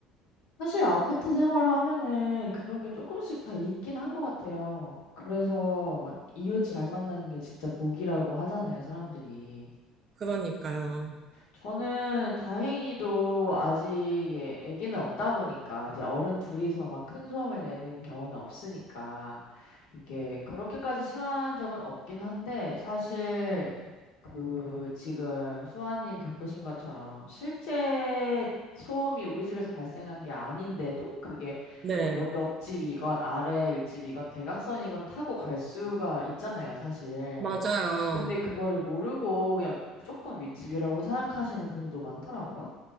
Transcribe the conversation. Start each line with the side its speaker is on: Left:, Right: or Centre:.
Left: 사실 아파트 생활하면은 그런 게 조금씩 다 있긴 한 것 같아요. 그래서 막 이웃 잘 만나는 게 진짜 복이라고 하잖아요, 사람들이.
Right: 그러니까요.
Left: 저는 다행히도 아직 예, 아기는 없다 보니까 이제 어른 둘이서 막 큰 소음을 내는 경우는 없으니까 이게 그렇게까지 심한 적은 없긴 한데 사실
Right: 음.
Left: 그 지금 수아님 겪으신 것처럼 실제 소음이 우리 집에서 발생한 게 아닌데도 그게
Right: 네,
Left: 뭐 옆, 옆집이건 아래 윗집이건 대각선이건 타고 갈 수가 있잖아요, 사실.
Right: 맞아요.
Left: 근데 그거를 모르고 그냥 무조건 윗집이라고 생각하시는 분들도 많더라고요.